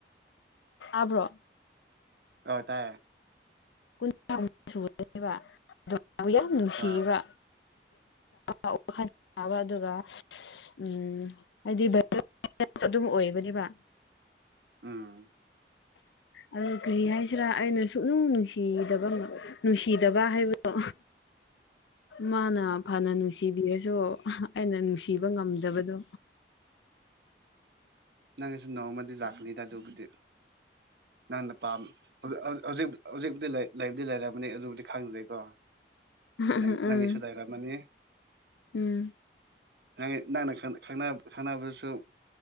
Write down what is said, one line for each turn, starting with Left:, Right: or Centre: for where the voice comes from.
Left: ꯑꯕ꯭ꯔꯣ
Right: ꯑꯣꯏꯇꯥꯦ
Left: ꯀꯨꯥ ꯁꯅꯦꯕ ꯑꯗꯨ ꯌꯥꯝ ꯅꯨꯡꯁꯤꯌꯦꯕ
Right: ꯑꯥ
Left: ꯋꯥ ꯑꯗꯨꯒ ꯎ ꯍꯥꯏꯗꯤ ꯁ ꯑꯗꯨꯝ ꯑꯣꯏꯕꯅꯦꯕ
Right: ꯎꯝ
Left: ꯑꯣ ꯀꯔꯤ ꯍꯥꯏꯁꯤꯔꯥ ꯑꯩꯅ ꯁꯨꯛꯅꯨꯡꯁꯤ ꯅꯨꯡꯁꯤꯗꯕ ꯅꯨꯡꯁꯤꯗꯕ ꯍꯥꯏꯕꯗꯣ ꯃꯥꯅ ꯐꯅ ꯅꯨꯡꯁꯤ ꯅꯨꯡꯁꯤꯕꯤꯔꯁꯨ ꯑꯩꯅ ꯅꯨꯡꯁꯤꯕ ꯉꯝꯗꯕꯗꯣ
Right: ꯅꯪꯅꯁꯨ ꯅꯣꯡꯃꯗꯤ ꯆꯥꯛꯀꯅꯤꯗ ꯑꯗꯨꯕꯨꯗꯤ ꯅꯪꯅ ꯄꯥꯝ ꯍꯧꯖꯤꯛ ꯍꯧꯖꯤꯛꯕꯨꯨꯗꯤ ꯂꯩꯕꯨꯗꯤ ꯂꯩꯔꯔꯕꯅꯤ ꯑꯗꯨꯕꯨꯗꯤ ꯈꯪꯗ꯭ꯔꯦꯀꯣ
Left: ꯎꯝ
Right: ꯪ ꯅꯪꯒꯤꯁꯨ
Left: ꯎꯝ
Right: ꯂꯩꯔꯃꯅꯤ
Left: ꯎꯝ
Right: ꯅꯪꯅ ꯈꯪꯅꯕꯗꯨꯁꯨ